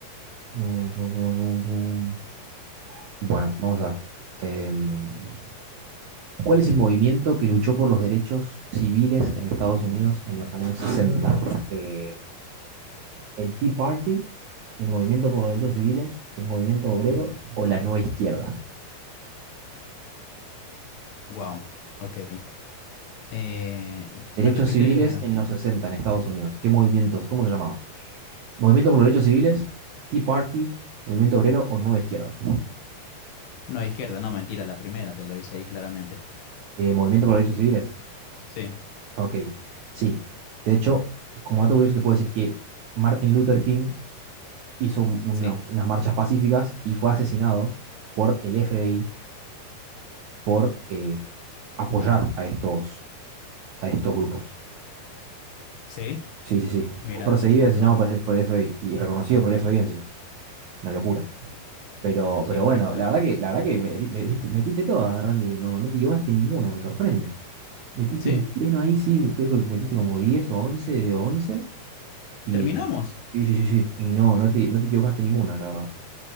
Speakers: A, on the right; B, on the left.
A: pum, pum, pum, pum, pum. Bueno, vamos a ver. Em, ¿cuál es el movimiento que luchó por los derechos civiles en Estados Unidos en los años 60? Eh, el Tea Party, el movimiento por los derechos civiles, el movimiento obrero o la nueva izquierda.
B: Wow. Ok. Eh,
A: Derechos
B: me repite,
A: civiles en los 60 en Estados Unidos. ¿Qué movimientos? ¿Cómo se llamaba? Movimiento por los derechos civiles, Tea Party, movimiento obrero o nueva izquierda.
B: no, izquierda, no, mentira, la primera, te lo hice ahí claramente.
A: Eh, movimiento por los derechos civiles.
B: Sí,
A: Ok, sí. De hecho, como dato curioso te puedo decir que Martin Luther King hizo un- unos-
B: sí,
A: unas marchas pacíficas y fue asesinado por el FBI por eh, apoyar a estos, a estos grupos.
B: sí.
A: Sí, sí, sí.
B: Mira
A: Fue perseguido
B: tú, mira
A: y asesinado
B: tú.
A: por el, por el FBI y reconocido por el FBI encima. Una locura. Pero,
B: Sí,
A: pero
B: una
A: bueno,
B: locura.
A: la verdad que, la verdad que meti- metiste, metiste todas, Randy. No, no te llevaste ninguna, me sorprende. Metiste
B: ¿Sí?
A: un pleno ahí, sí, me- creo que metiste como diez o once de once Y
B: ¿Terminamos?
A: sí, sí, sí, sí. Y no, no te, no te equivocaste ninguna, la verdad.